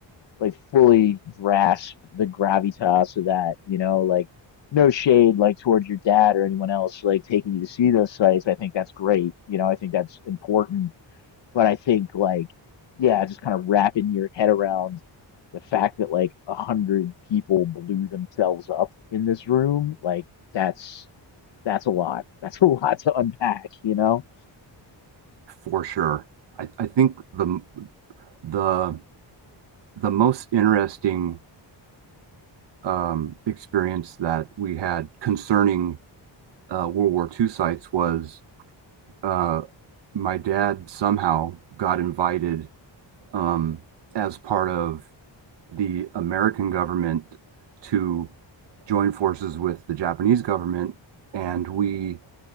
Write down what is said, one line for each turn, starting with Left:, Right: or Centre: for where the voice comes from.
Left: like fully grasp the gravitas of that, you know, like no shade, like towards your dad or anyone else, like taking you to see those sites. I think that's great. You know, I think that's important. But I think like, yeah, just kind of wrapping your head around the fact that like a hundred people blew themselves up in this room, like that's, that's a lot. That's a lot to unpack, you know?
Right: for sure. I, I think the the the most interesting um, experience that we had concerning uh, World War II sites was uh, my dad somehow got invited um, as part of the American government to join forces with the Japanese government, and we